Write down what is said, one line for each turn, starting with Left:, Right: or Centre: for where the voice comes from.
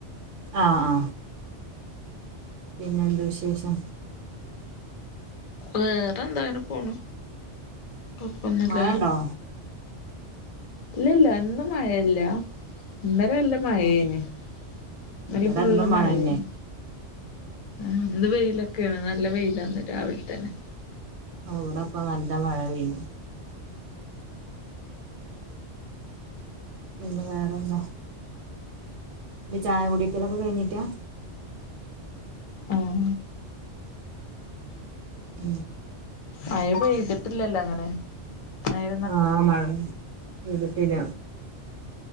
Right: ആ ആ പിന്നെ എന്ത് വിശേഷം
Left: വേറെന്താ അങ്ങനെ പോണ് കൊപ്പോന്നുല്ല
Right: മഴണ്ടോ
Left: ഇല്ല ഇല്ല ഇന്ന് മഴല്ല ഇന്നലെ നല്ല മഴേനി
Right: ഓ
Left: ഇന്നലിം
Right: ഇവിടെ
Left: ഫുള്ള്
Right: എന്നും
Left: മഴേനി
Right: മഴന്നെ
Left: ആ ഇന്ന് വെയിലൊക്കെണ് നല്ല വെയിലാന്ന് രാവിൽ തന്നെ
Right: ഇവ്ടെപ്പം നല്ല മഴ പെയ്ന് പിന്നെ വേറെന്താ ചായ കുടിക്കലൊക്കെ കഴിഞ്ട്ടാ
Left: ആഹ്
Right: ഉം <unintelligible>
Left: മഴ പെയ്ത്ട്ട്ല്ലല്ലോ അങ്ങനെ മഴ
Right: ആ മഴ പെയ്ത്ട്ടില്ല